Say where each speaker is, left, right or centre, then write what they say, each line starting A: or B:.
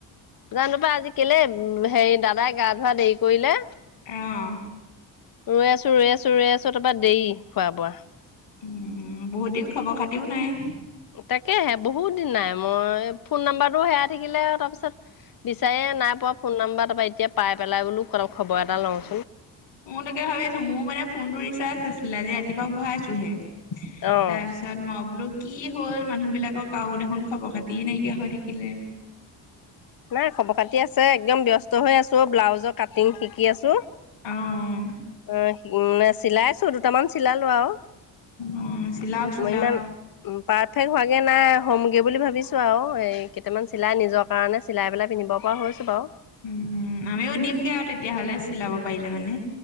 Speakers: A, on the left (about 50°); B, on the left (about 70°).
A: জানো পাই আজি কেলে হেৰি দাদাই গা ধোৱা দেৰি কৰিলে
B: অহ
A: ৰৈ আছো ৰৈ আছো ৰৈ আছো তাৰপৰা দেৰি খোৱা বোৱা
B: উম বহুত দিন খবৰ খাতিও নাই।
A: তাকেহে বহুত দিন নাই মই ফোন নাম্বাৰটো হেৰাই থাকিলে তাৰপিছত বিচাৰি! এ নাই পোৱা ফোন নাম্বাৰ তাৰ পৰা এতিয়া পাই পেলাই বোলো খবৰ এটা লওঁ
B: মো তাকে ভাবি আছো মোৰ মানে ফোনটো ৰিচাৰ্জ নাছিলে আজি ৰাতিপুৱা ভৰাইছোহে!
A: অ',
B: তাৰপিছত মই বলুক কি হ'ল মানুহবিলাকৰ কাও দেখোন খবৰ খাতিয়ে নাইকিয়া হৈ থাকিলে
A: নাই খবৰ খাতি আছে একদম ব্যস্ত হৈ আছো ব্লাউজৰ কাটিং শিকি আছো।
B: অ',
A: অঁ মানে চিলাই আছো দুটামান চিলালো আৰু
B: অ', চিলাওক চিলাওক
A: মই ইমান উ পাৰফেক্ট হোৱা নাই হ'মগৈ বুলি ভাবিছোঁ আৰু এই কেইটামান চিলাই নিজৰ কাৰণে চিলাই পেলাই পিন্ধিব পৰা হৈছোঁ বাৰু
B: উম আমিও দিমগে আৰু তেতিয়াহ'লে চিলাব পাৰিলে মানে